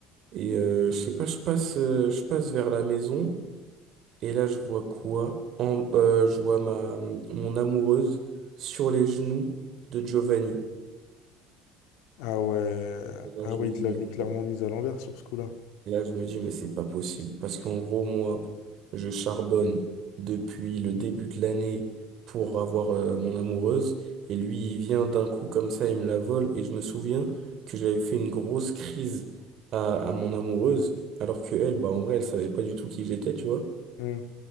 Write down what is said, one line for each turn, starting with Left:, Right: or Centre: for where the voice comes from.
Right: Et euh, je sais pas, je passe, euh, je passe vers la maison. Et là, je vois quoi? En- euh, je vois ma, mon amoureuse sur les genoux de Giovanni.
Left: Ah ouais.
Right: Et là,
Left: Ah
Right: je
Left: ouais,
Right: me
Left: il
Right: dis,
Left: te l'avait
Right: mais c'est
Left: clairement
Right: pas,
Left: mise à l'envers sur ce coup-là.
Right: et là, je me dis, mais c'est pas possible. Parce qu'en gros, moi, je charbonne depuis le début de l'année pour avoir euh, mon amoureuse. Et lui, il vient d'un coup comme ça, il me la vole. Et je me souviens que j'avais fait une grosse crise à, à mon amoureuse. Alors que elle, bah, en vrai, elle savait pas du tout qui j'étais, tu vois.
Left: Hmm.